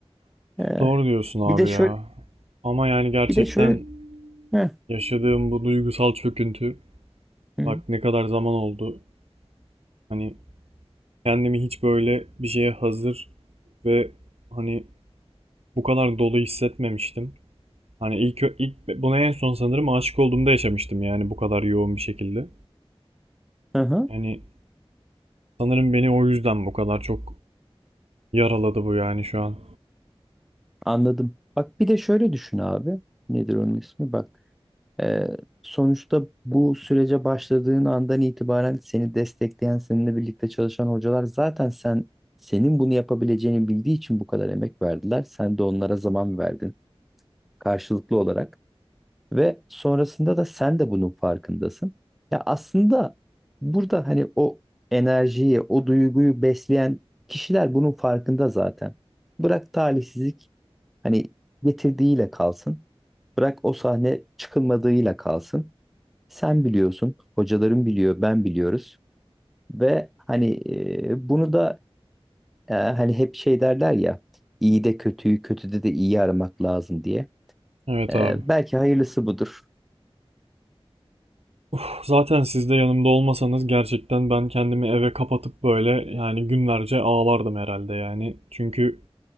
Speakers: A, in the centre; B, on the right.
A: Ee,
B: Doğru diyorsun abi
A: bir de şöyle,
B: ya. Ama yani gerçekten
A: bir de şöyle, Heh,
B: yaşadığım bu duygusal çöküntü
A: hı,
B: bak ne kadar zaman oldu. Hani kendimi hiç böyle bir şeye hazır ve hani bu kadar dolu hissetmemiştim. Hani ilk ilk buna en son sanırım aşık olduğumda yaşamıştım yani bu kadar yoğun bir şekilde.
A: hı, hı,
B: Yani sanırım beni o yüzden bu kadar çok yaraladı bu yani şu an.
A: anladım. Bak bir de şöyle düşün abi. Nedir onun ismi? Bak. Ee, sonuçta bu sürece başladığın andan itibaren seni destekleyen, seninle birlikte çalışan hocalar zaten sen senin bunu yapabileceğini bildiği için bu kadar emek verdiler. Sen de onlara zaman verdin karşılıklı olarak ve sonrasında da sen de bunun farkındasın. Ya aslında burada hani o enerjiyi, o duyguyu besleyen kişiler bunun farkında zaten. Bırak talihsizlik hani getirdiğiyle kalsın. Bırak o sahne çıkılmadığıyla kalsın. Sen biliyorsun, hocalarım biliyor, ben biliyoruz ve hani e, bunu da e, hani hep şey derler ya, iyi de kötüyü, kötüde de iyi aramak lazım diye.
B: Evet
A: E,
B: abi.
A: belki hayırlısı budur.
B: Uf, zaten siz de yanımda olmasanız gerçekten ben kendimi eve kapatıp böyle yani günlerce ağlardım herhalde yani. Çünkü